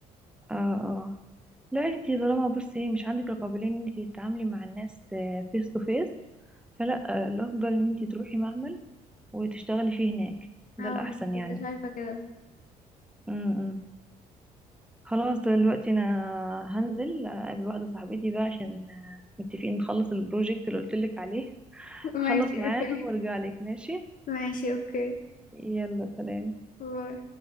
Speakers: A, in the centre; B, on the left.
A: اه اه لا انتي طالما بصي مش عندك القابلية ان انتي تتعاملي مع الناس فيس تو فيس فلا آه، الافضل ان انتي تروحي معمل وتشتغلي فيه هناك ده
B: اه
A: الاحسن
B: كنت
A: يعني
B: شايفه كده
A: مم، مم. خلاص دلوقتي انا هنزل اقابل واحده صاحبتي بقى عشان آه، متفقين نخلص البروجكت اللي قلت لك عليه
B: <laughs>
A: هخلص
B: ماشي
A: معاها
B: اوكي
A: وارجع لك ماشي
B: ماشي اوكي
A: يلا سلام
B: باي.